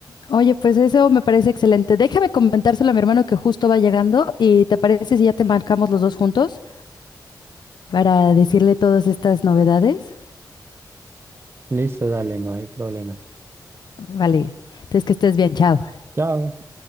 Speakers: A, on the left; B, on the right.
A: Oye, pues eso me parece excelente. Déjame comentárselo a mi hermano que justo va llegando y ¿te parece si ya te marcamos los dos juntos para decirle todas estas novedades?
B: Listo, dale, no hay problema.
A: Vale, entonces que estés bien, chao.
B: Chao.